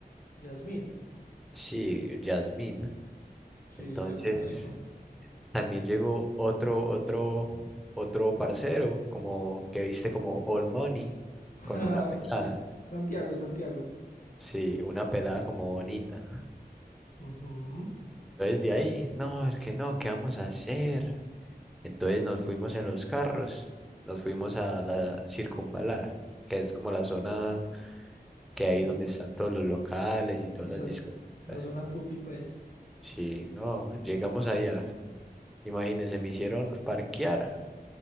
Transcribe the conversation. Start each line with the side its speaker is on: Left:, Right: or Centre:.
Left: Yasmín.
Centre: Sí, Yasmín.
Left: Sí,
Centre: Entonces,
Left: yo la conozco.
Centre: También llegó otro, otro, otro parcero, como que viste como All Money,
Left: <laughs>
Centre: con una pelada.
Left: Santiago, Santiago.
Centre: Sí, una pelada como bonita.
Left: Ujú.
Centre: Entonces de ahí, no, es que no, ¿qué vamos a hacer? Entonces nos fuimos en los carros, nos fuimos a la Circunvalar, que es como la zona que hay
Left: Ah,
Centre: donde están todos los locales y todas
Left: quizás
Centre: las discotecas.
Left: la zona pupi, pues.
Centre: Sí, no, llegamos allá. Imagínense, me hicieron parquear